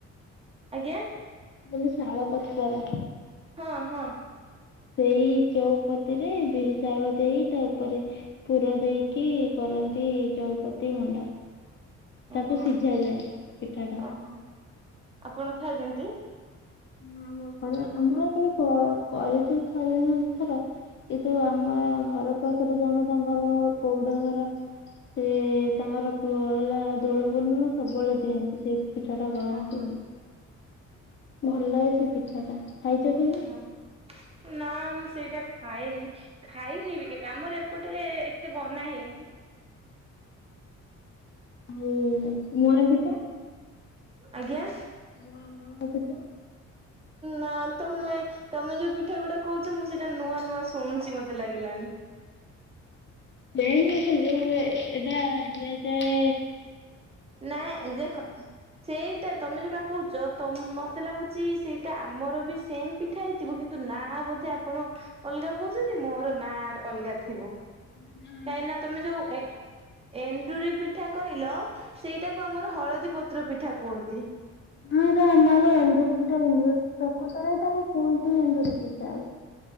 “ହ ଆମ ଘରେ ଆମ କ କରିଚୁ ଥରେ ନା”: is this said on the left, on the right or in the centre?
Left